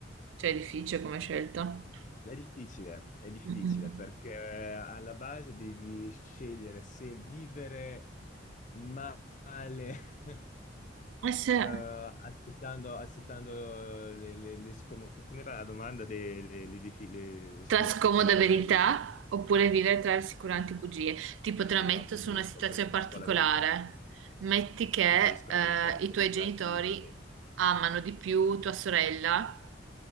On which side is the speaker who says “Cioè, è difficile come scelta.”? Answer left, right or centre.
Right